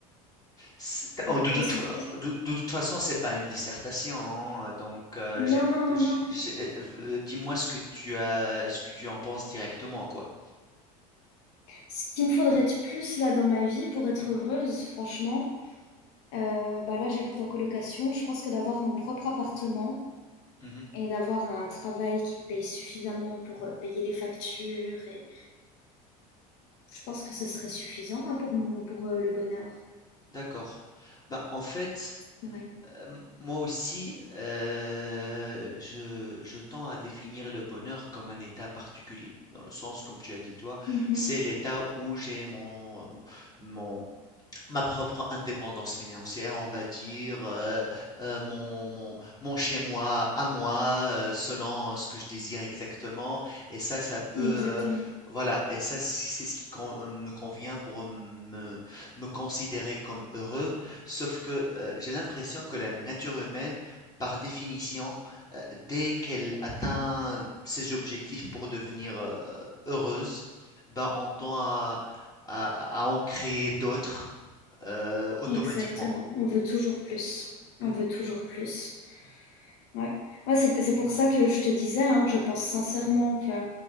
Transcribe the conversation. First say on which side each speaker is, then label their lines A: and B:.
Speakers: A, on the left; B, on the left.
A: C'est- oh,
B: bonne
A: De toute,
B: question. Qu'est-
A: de- de toute façon, c'est pas une dissertation, hein, donc euh, j'ai-
B: Non, non,
A: j'ai-
B: non, non.
A: j'ai- euh, dis-moi ce que tu as, ce que tu en penses directement, quoi.
B: Ce qu'il me faudrait de plus là dans ma vie pour être heureuse, franchement, euh, bah là j'habite en colocation. Je pense que d'avoir mon propre appartement
A: Mhm,
B: et d'avoir un travail qui paye suffisamment pour euh, payer les factures, et je pense que ce serait suffisant hein, pour mon, pour euh, le bonheur.
A: d'accord. Ben, en fait.
B: Ouais.
A: Euh, Moi aussi, euh, je, je tends à définir le bonheur comme un état particulier, dans le sens, comme tu as dit toi,
B: Mhm.
A: c'est l'état où j'ai mon, mon, ma propre indépendance financière, on va dire, euh, euh, mon, mon, mon chez-moi à moi, euh, selon euh, ce que je désire exactement. Et ça, ça peut,
B: Exactement.
A: euh, voilà, et ça, c'est c'est ce qui con- euh, me convient pour me, me considérer comme heureux. Sauf que euh, j'ai l'impression que la nature humaine, par définition, euh, dès qu'elle atteint ses objectifs pour devenir euh, heureuse, ben, on tend à, à, à en créer d'autres euh, automatiquement.
B: Exactement. On veut toujours plus. On
A: Mm,
B: veut toujours plus. Ouais. Ouais, c'est, c'est pour ça que je te disais hein, que je pense sincèrement que